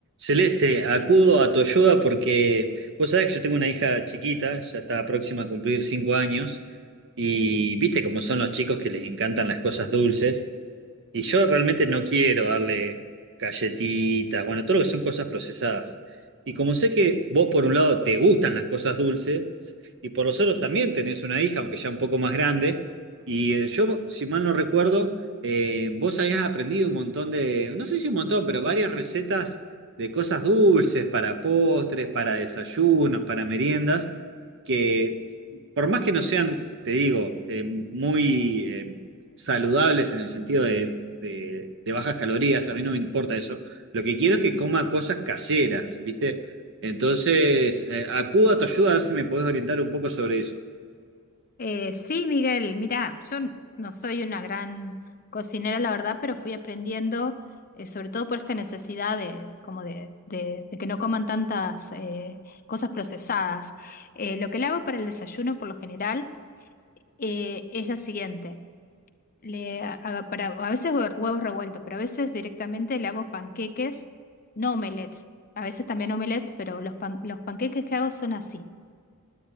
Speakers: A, on the right (about 60°); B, on the left (about 40°).
A: Celeste, acudo a tu ayuda porque vos sabés que yo tengo una hija chiquita, ya está próxima a cumplir cinco años, y viste cómo son los chicos que les encantan las cosas dulces. Y yo realmente no quiero darle galletitas, bueno, todo lo que son cosas procesadas. Y como sé que vos por un lado te gustan las cosas dulces y por los otros también tenés una hija, aunque ya un poco más grande, y eh, yo, si mal no recuerdo, eh, vos habías aprendido un montón de, no sé si un montón, pero varias recetas de cosas dulces para postres, para desayunos, para meriendas, que por más que no sean, te digo, eh, muy... eh, saludables en el sentido de, de- de bajas calorías, a mí no me importa eso. Lo que quiero es que coma cosas caseras, ¿viste? Entonces, eh, acudo a tu ayuda a ver si me podés orientar un poco sobre eso.
B: Eh, sí, Miguel, mira, yo n- no soy una gran cocinera, la verdad, pero fui aprendiendo, eh, sobre todo por esta necesidad de, como de, de- de que no coman tantas eh, cosas procesadas. Eh, lo que le hago para el desayuno, por lo general, eh, es lo siguiente. Le hago para, a veces hue- huevos revueltos, pero a veces directamente le hago panqueques, no omelets. A veces también omelets, pero los, pan- los panqueques que hago son así.